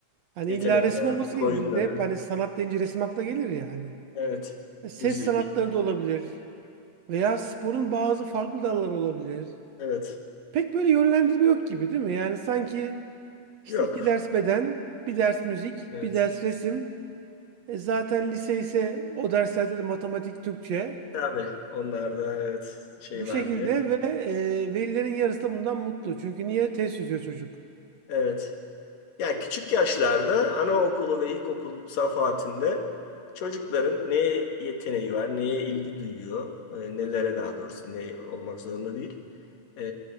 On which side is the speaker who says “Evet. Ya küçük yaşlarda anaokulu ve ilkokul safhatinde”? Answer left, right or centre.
Left